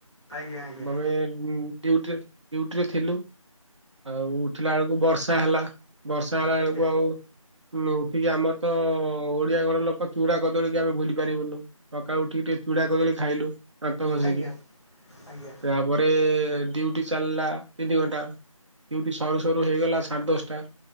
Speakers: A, on the left; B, on the right.
A: ଆଜ୍ଞା ଆଜ୍ଞା
B: <unintelligible> ଡ୍ୟୁଟି ଡ୍ୟୁଟିରେ ଥିଲୁ ଆଉ ଉଠିଲା ବେଳକୁ ବର୍ଷା ହେଲା। ବର୍ଷା ହେଲା ବେଳକୁ
A: ଆଜ୍ଞା
B: ଆଉ ଉଠିକି ଆମର ତ ଓଡିଆ ଘର ଲୋ ଚୁଡାକଦଳୀ କି ଆମେ ଭୁଲି ପାରିବୁନୁ। ସକାଳୁ ଉଠିକି ଟିକେ ଚୁଡା କଦଳୀ ଖାଇଲୁ ଦାନ୍ତ ଘଷିକି।
A: ଆଜ୍ଞା ଆଜ୍ଞା
B: ତାପରେ ଡ୍ୟୁଟି ଚାଲିଲା ତିନି ଘଣ୍ଟା। ଡ୍ୟୁଟି ସରୁ-ସରୁ ହେଇଗଲା ସାଢେ ଦଶଟା